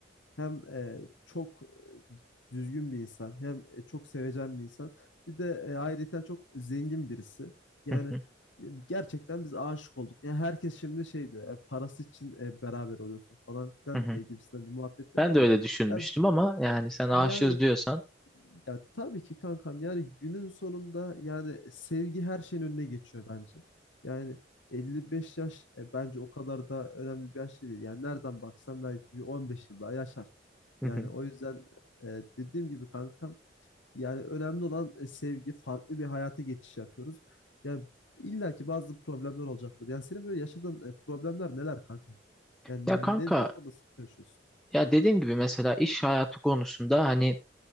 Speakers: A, on the left (about 85°); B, in the centre.
A: hem e, çok e, düzgün bir insan, hem e, çok sevecen bir insan. Bir de e, ayrıyeten çok zengin birisi. Yani
B: hı hı,
A: e, gerçekten biz aşık olduk. Yani herkes şimdi şey diyor, "E, parası için e, beraber oluyorsun falan filan
B: hı hı.
A: e, gibisinden bir muhabbet yapıyor
B: Ben de
A: ama
B: öyle düşünmüştüm
A: ya,
B: ama yani sen aşığız
A: yani
B: diyorsan.
A: ya tabii ki kankam yani günün sonunda yani sevgi her şeyin önüne geçiyor bence. Yani 55 yaş e, bence o kadar da önemli bir yaş değil. Yani nereden baksan belki bir 15 yıl daha yaşar.
B: Hı
A: Yani
B: hı.
A: o yüzden e, dediğim gibi kankam yani önemli olan e, sevgi farklı bir hayata geçiş yapıyoruz. Yani illa ki bazı problemler olacaktır. Yani senin böyle yaşadığın e, problemler neler kankam? Yani
B: Ya kanka
A: ne, ne konuda sıkıntı yaşıyorsun?
B: ya dediğim gibi mesela iş hayatı konusunda hani